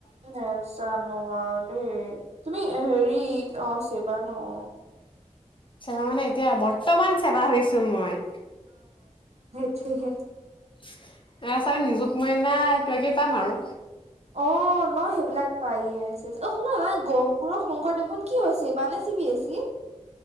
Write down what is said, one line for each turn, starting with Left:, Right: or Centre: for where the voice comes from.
Right: নেজানোৱাও দেই, তুমি হেৰি অ চেৱা ন অ
Left: চেৱা মানে এতিয়া বৰ্তমান চেবা হৈছো মই।
Right: হে হে
Left: <inaudible> এ চাগে নিজুত মইনাই কিবা কিবি পাম আৰু।
Right: অ ন সেইবিলাক পায় ইয়েচ। অ শু নাই গহপুৰৰ শংকৰদেৱখন কি হৈছে ছেবা নে চি বি এছি?